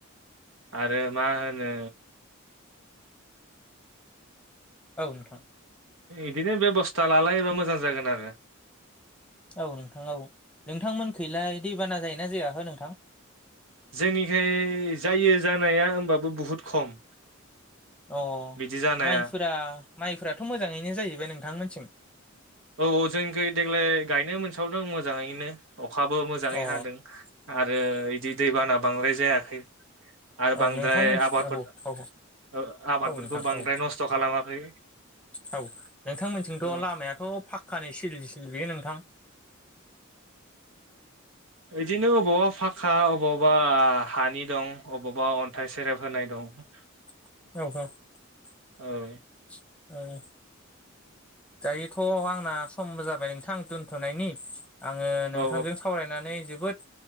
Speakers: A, on the right; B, in the centre.
A: आरो मा होनो
B: औ नोंथां।
A: इदिनो बेबस्था लालायोबा मोजां जागोन आरो।
B: औ नोंथां औ नोंथांमोन खैलाय दैबाना जायोना जाया हो नोंथां?
A: जोंनिखै जायो जानाया होमबाबो बुहुद खम।
B: अ
A: बिदि जानाया
B: माइफोरा माइफोराथ' मोजाङैनो जायो बे नोंथांमोननिथिं?
A: औ औ जोंनिखै देग्लाय गायनो मोनसाबदों मोजाङैनो अखाबो मोजाङै
B: अ
A: हादों। आरो इदि दैबाना बांद्राय जायाखै। आरो
B: औ
A: बांद्राय
B: नोंथांमोनथिं
A: आबाद
B: औ
A: फोथा
B: औ
A: ओ आबादफोरखौ
B: औ नोंथां
A: बांद्राय
B: औ
A: नस्थ' खालामाखै।
B: औ नोंथांमोनथिंथ'
A: औ
B: लामायाथ' फाख खानि सिल सिल बेयो नोंथां?
A: इदिनो अबावबा फाखा अबावबा हानि दं अबावबा अन्थाइ सेरेब होनाय दं। औ।
B: <unintelligible>
A: औ।
B: उम। दायोथ' आंना समबो जाबाय नोंथां दोनथ'नायनि। आङो
A: औ
B: नोंथांजों सावरायनानै जोबो बोद